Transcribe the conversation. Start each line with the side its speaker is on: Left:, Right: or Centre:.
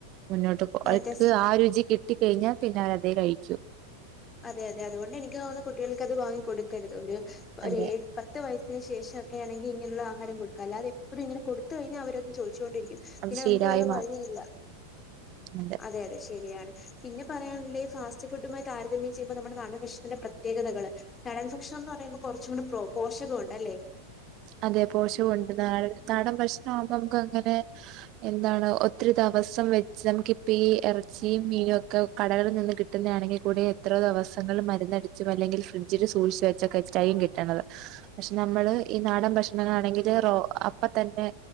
Right: മുന്നോട്ട്
Left: മാറ്റാ
Right: അവക്ക് ആ രുചി കി ക്കിട്ടി കഴിഞ്ഞാൽ പിന്ന അവര് അതെ കഴിക്കു
Left: അതെ അതെ അതുകൊണ്ട് എനിക്ക് തോന്നുന്ന കുട്ടികൾക്ക് അത് വാങ്ങി കൊടുക്കരുത് ഒരു ഒരോ
Right: അതെ
Left: പത്ത് വയസ്സിന് ശേഷം ഒക്കെ ആണെങ്കിൽ ഇങ്ങനെയ ആഹാരം കൊടുക്ക അല്ലതെ എപ്പോഴും ഇങ്ങനെ കൊടുത്ത കഴിഞ്ഞാ അവരത് ചോദിച്ചു കെണ്ട് ഇരിക്കും
Right: അത്
Left: പിന്നെ
Right: ശീലമായി
Left: നമുക്ക് വേറെ വഴിയില്ല
Right: മാറുന്നുണ്ട്
Left: അതെ അതെ ശരിയാണ് പിന്നെ പറയാനുള്ള ഈ ഫാസ്റ്റ് ഫുഡുമായി് താരതമ്യം ചെയ്യുമ്പോ നമ്മുടെ നാട് ഭഷണത്തിന്റെ പ്രത്യേകതകള് നാടൻ ഭക്ഷണം എന്ന് പറയുമ്പോൾ കുറച്ചും കൂടി പോഷകം ഉണ്ട് അല്ലേ
Right: അതെ പോശവുണ്ട് നാ നാടൻ പ്രശ്ണം ആവുമ്പോ നമുക്ക് അങ്ങനെ എന്താണ് ഒത്തിരി ദെവസം വെച്ച് നമുക്കിപ്പ ഈ എറച്ചിയും മീനൊക്കെ കടകളിൽ നിന്ന് കിട്ട് കിട്ടുന്നതാണെങ്കി കൂടി എത്ര ദെവസങ്ങൾ മരുന്നടിച്ചും അല്ലെങ്കിൽ ഫ്രിഡ്ജില്സൂക്ഷിച്ച് ക്കെറ്റ്ചായും കിട്ടുന്നത് പക്ഷെ നമ്മള് ഈ നാടൻ ഭക്ഷണാണെങ്കില് റോ അപ്പ തന്നെ